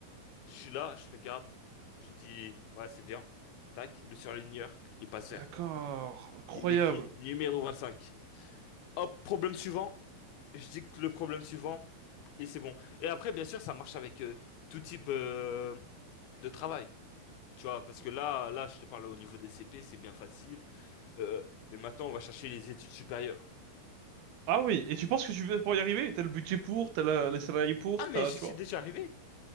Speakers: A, on the left; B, on the right.
A: Je suis là, je regarde, je dis, ouais, c'est bien. Tac, le surligneur, il passe
B: Ah,
A: vert.
B: d'accord, incroyable.
A: Il écrit numéro 25. Hop, problème suivant, je dicte le problème suivant, et c'est bon. Et après, bien sûr, ça marche avec euh, tout type euh, de travail. Tu vois, parce que là, là, je te parle au niveau des CP, c'est bien facile. Euh, mais maintenant, on va chercher les études supérieures.
B: Ah oui, et tu penses que tu veux pour y arriver? T'as le budget pour, t'as la- les salariés pour,
A: Ah,
B: t'as,
A: mais j'y
B: tu
A: suis
B: vois?
A: déjà arrivé.